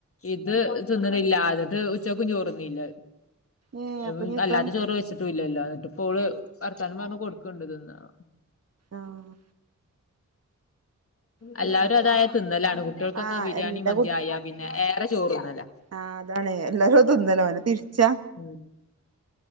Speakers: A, on the left (about 45°); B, on the right (about 55°).
A: ഇത് തിന്നണില്ല അതെന്തേ ഉച്ചക്കും ചോർന്നില്ലത്
B: ഏഹ്
A: അത്
B: അപ്പൊ ഇനിയെത്താ
A: അല്ലാത്ത ചോറ് വെച്ചിട്ടും ഇല്ലല്ലോ എന്നിട്ട്പ്പോള് വർത്താനം പറഞ്ഞ് കൊടുക്കണണ്ട് തിന്നാൻ
B: ആഹ് അല്ല
A: എല്ലാവരും
B: സാധാരണ
A: അതായത് തിന്നലാണ് കുട്ടികൾക്കൊക്കെ
B: ആഹ്
A: ബിരിയാണി
B: എല്ലാ
A: മതി ആയാപിന്നെ ഏറെചോറ് തിന്നല
B: ആ അതാണ് എല്ലാരുംഅത് തി ന്നല് ഓൻ തിരിച്ചാ
A: ഉം